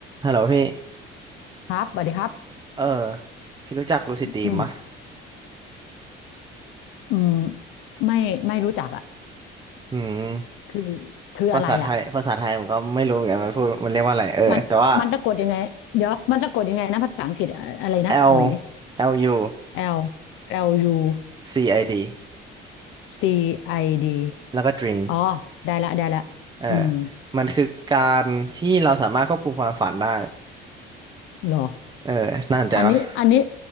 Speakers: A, on the right; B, on the left.
A: ฮัลโหลพี่
B: ครับสวัสดีครับ
A: เออพี่รู้จักลูซิดดรีมปะ
B: อืมอืมไม่ไม่รู้จักอ่ะ
A: อืม
B: คือคืออะไรอ่ะ
A: ภาษาไทยภาษาไทยผมก็ไม่รู้เหมือนกันมันพูดมันเรียกว่าอะไรเออแต่ว่า
B: มันมันสะกดยังไงเดี๋ยวมันสะกดยังไงนะภาษาอังกฤษอะอะไรนะ
A: L
B: เอาใหม่ดิ
A: L U
B: L L U
A: C I D
B: C I D
A: แล้วก็ Dreams
B: อ๋อ ได้ละได้ละอืม
A: เออมันคือการที่เราสามารถควบคุมความฝันได้
B: เหรอ
A: เออน่าสนใจปะ
B: อันนี้อันนี้